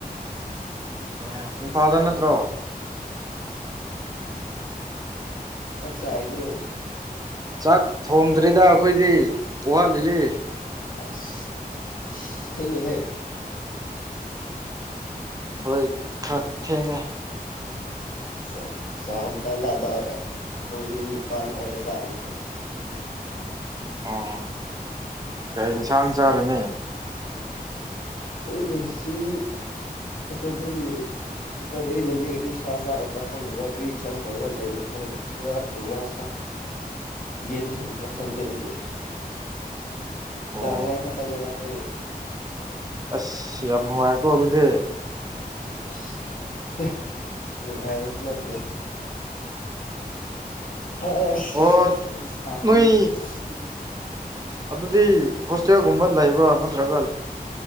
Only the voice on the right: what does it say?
ꯑꯣ ꯏꯝꯐꯥꯜꯗ ꯅꯠꯇ꯭ꯔꯣ
ꯆꯥꯛ ꯊꯣꯡꯗ꯭ꯔꯤꯗ ꯑꯈꯣꯏꯗꯤ ꯋꯥꯠꯂꯤꯌꯦ
ꯍꯣꯏ ꯈꯔ ꯊꯦꯡꯉꯦ
ꯑꯣ ꯀꯩ ꯏꯟꯁꯥꯡ ꯆꯥꯔꯅꯤ
ꯑꯣ
ꯑꯁ ꯌꯥꯝ ꯍꯤꯋꯦꯀꯣ ꯑꯗꯨꯗꯤ
ꯑꯣ ꯅꯣꯏ
ꯑꯗꯨꯗꯤ ꯍꯣꯁꯇꯦꯜꯒꯨꯝꯕ ꯂꯩꯕ꯭ꯔꯥ ꯅꯠꯇ꯭ꯔꯒ